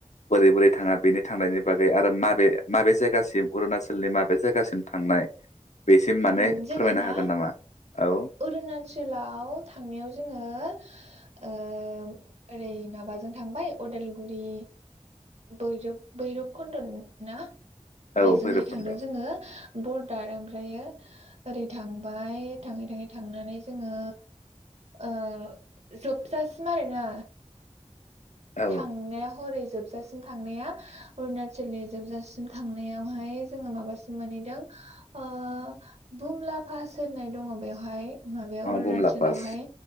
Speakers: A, on the left (about 70°); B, on the right (about 60°).
A: बोरै बोरै थाङा बेनि थांनायनि बागै आरो माबे माबे जायगासिम अरुणाचलनि माबे जायगासिम थांनाय बेसिम माने
B: ओम जोङो
A: फोरमायनो
B: ना
A: हागोन नामा औ
B: अरुणाचलाव थांनायाव जोङो ओ ओरै माबाजों थांबाय अदालगुरि बैर बैरब कुन्दना
A: औ
B: बेजोंहाय
A: भैरब
B: थांदों
A: कुन्द'
B: जोङो बर ओमफ्रायो ओरै थांबाय थाङै थाङै थांनानै जोङो ओ जोबजासिम आरोना
A: औ
B: थांनाया हरै जोबसै जोबजासिम थांनाया अरुणाचलनि जोबजासिम थांनायावहाय जोङो माबासिम मोनहैदों ओ भुमलाफास होननाय दङ बेवहाय माबायाव
A: औ
B: अरुणाचलावहाय
A: बुमला पास